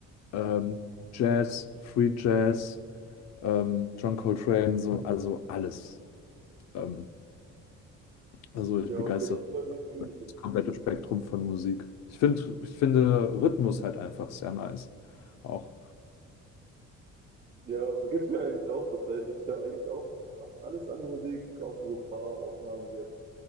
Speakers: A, on the left (about 65°); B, on the right (about 25°).
A: ähm, Jazz, Free Jazz, ähm, John Coltrane, so, also alles. Ähm, also ich
B: Ja,
A: begeistere
B: okay, das ist bei mir ziemlich
A: das komplette Spektrum von Musik. Ich finde, ich finde Rhythmus halt einfach sehr nice. Auch.
B: Ja, so geht's mir eigentlich auch tatsächlich. Ich höre eigentlich auch fast alles an Musik, außer so ein paar Ausnahmen wie jetzt